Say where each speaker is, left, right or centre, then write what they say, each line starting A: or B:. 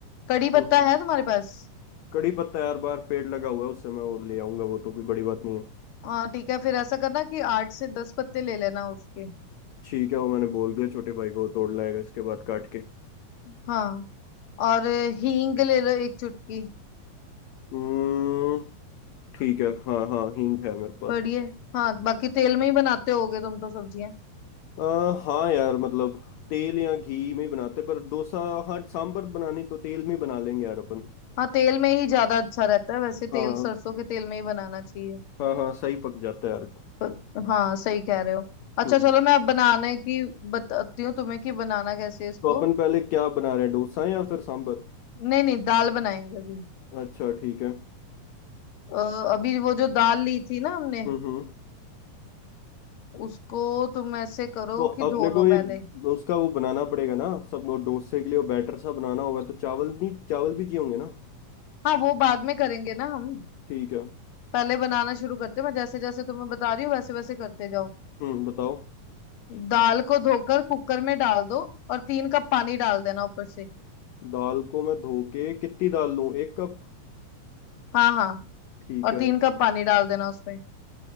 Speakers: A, on the left (about 50°); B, on the left (about 70°).
A: कड़ी पत्ता
B: हम्म हम्म।
A: है तुम्हारे पास
B: कड़ी पत्ता यार बार पेड़ लगा हुआ है उससे मैं वो ले आऊंगा वो तो भी बड़ी बात नहीं है
A: हाँ ठीक है फिर ऐसा करना कि आठ से दस पत्ते ले लेना उसके
B: ठीक है वो मैंने बोल दिया छोटे भाई को वो तोड़ लाएगा इसके बाद काट के
A: हाँ और हींग ले लो एक चुटकी
B: हम्म ठीक है हाँ हाँ हींग है मेरे पास
A: बढ़िया हाँ बाकी तेल में ही बनाते होगे तुम तो सब्जियां
B: आ, हाँ यार मतलब तेल या घी में ही बनाते पर डोसा हाँ सांबर बनानी तो तेल में ही बना लेंगे यार अपन
A: हाँ तेल में ही ज्यादा अच्छा रहता है वैसे तेल
B: हाँ
A: सरसों के तेल में ही बनाना चाहिए
B: हाँ हाँ सही पक जाता है यार
A: पर- हाँ सही कह रहे हो अच्छा
B: हम्म
A: चलो मैं अब बनाने की बताती हूँ तुम्हें कि बनाना कैसे है इसको
B: तो अपन पहले क्या बना रहे हैं डोसा या फिर सांबर
A: नहीं नहीं दाल बनाएंगे अभी
B: अच्छा ठीक है
A: अ, अभी वो जो दाल ली थी ना हमने
B: हम्म हम्म
A: उसको तुम ऐसे करो
B: तो
A: कि
B: अपने
A: धो
B: को
A: लो
B: ये
A: पहले
B: उसका वो बनाना पड़ेगा ना सब वो डोसे के लिए वो बैटर सा बनाना होगा तो चावल नहीं चावल भी चाहिए होंगे ना
A: हाँ वो बाद में करेंगे ना हम
B: ठीक है
A: पहले बनाना शुरू करते हैं मैं जैसे जैसे तुम्हें बता रही हूँ वैसे वैसे करते जाओ
B: हम्म बताओ
A: दाल को धोकर कुकर में डाल दो और तीन कप पानी डाल देना ऊपर से
B: दाल को मैं धो के कितनी दाल लूँ एक कप
A: हाँ हाँ
B: ठीक
A: और
B: है
A: तीन कप पानी डाल देना उसमें